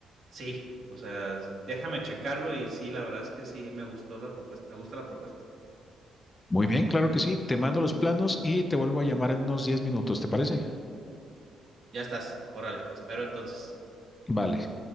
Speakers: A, on the right; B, on the left.
A: Sí, o sea, déjame checarlo y sí, la verdad es que sí me gustó la propuesta, me gusta la propuesta.
B: Muy bien, claro que sí, te mando los planos y te vuelvo a llamar en unos 10 minutos, ¿te parece?
A: Ya estás, órale, te espero entonces.
B: Vale,